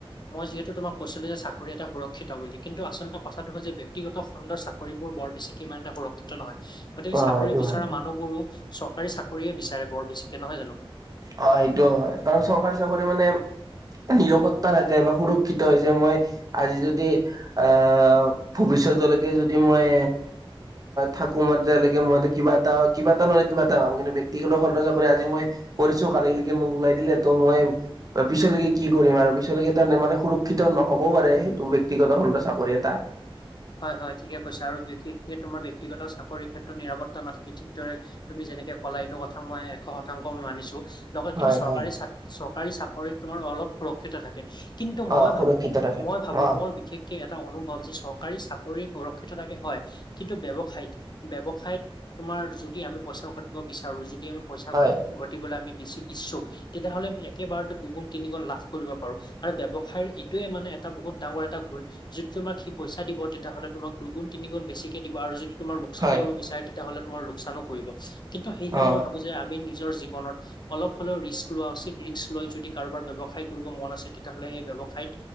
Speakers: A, on the left; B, on the right.
A: মই যি তো তোমাক কৈছিলো যে চাকৰি এটা সুৰ ক্ষিত বুলি কিন্তু আচলতে কথাটো হয় যে ব্যক্তিগত খণ্ডৰ চাকৰিবোৰ বৰ বেছি কিমান এটা সুৰক্ষিত নহয় বাট
B: অ
A: চা
B: সেইটো
A: বিচৰা
B: হয়
A: মানুহবোৰো চৰকাৰী চাকৰিয়ে বিচাৰে বৰ বেছিকে নহয় জানো
B: হয় সেইটোও হয় কাৰণ চৰকাৰী চাকৰি মানে নিৰাপত্তা থাকে বা সুৰক্ষিত হৈছে মই আজি যদি অ ভৱিষ্যতলৈ। যদি মই থাকো মই তেতিয়ৈকে মই কিবা এটা কিবা এটা নহয় কিবা এটা পাম কিন্তু ব্যক্তিগত খণ্ডৰ চাকৰি কৰে আজি মই কৰিছো কালিলিলৈকে মোক ওলাই দিলে ত' মই পিছলৈকে কি কৰিম আৰু পিছলৈকে তাৰ মানে সুৰক্ষিত নহবও পাৰে সেইটো ব্যক্তিগত খণ্ডৰ চাকৰি এটা
A: হয় হয় ঠিকে কৈছে আৰু বিশেষে তোমাৰ বক্তিগত চাকৰি ক্ষেত্ৰত টো নিৰাপত্তা নাথাকে ৰে তুমি যেনেকে কলা এইটো কথা মই এশ শতাংশ মই মানিছো লগত কিন্তু
B: হয়
A: চৰকাৰী
B: হয়
A: চৰকাৰী চা শৰীত তোমাৰ অলপ সুৰক্ষিত থাকে। কিন্তু মই
B: অ
A: ভাবো
B: সুৰক্ষিত থাকে
A: মই ভাবো
B: অ
A: মোৰ বিশেষকে এটা অনুভৱ যে চৰ চৰকাৰী চাকৰি সুৰক্ষিত থাকে হয় কিন্তু ব্যৱসায়ত ব্যৱসায়ত তোমাৰ যদি আমি পইচাও ঘটিব বিচাৰো য। তি আমি পইচা
B: হয়
A: ঘ ঘটিবলৈ আমি বে চিকৎসক তেতিয়াহ'লে আ একেবাৰতে দুুণ তিনিগু লাষ্ট কৰিব পাৰো আৰু ব্যৱসায় এইটোয়ে মানে এটা বহুত ডাঙৰ এটা গুণ যিটো আমাক পইচা দিব তেতিয়াহ'লে তোমাক দুগুণ তিনিগুণ বেছিকে দিব আৰু যদি তোমাৰ লোকচান
B: হয়
A: কৰিব বিচাৰ। তেতিয় হ'লে তোমাৰ লোকচানো কৰিব। কিন্তু সেয়হে
B: অ
A: মই ভাবো যে আমি নিজৰ যি জীৱনত অলপ হ'লেও ৰিস্ক লোৱা উচিত ৰিস্ক লৈ যদি কাৰোবাৰ যদি ব্যৱসায় কৰিব মন আছে তেতিয়াহ'লে এই ব্যৱসায়ত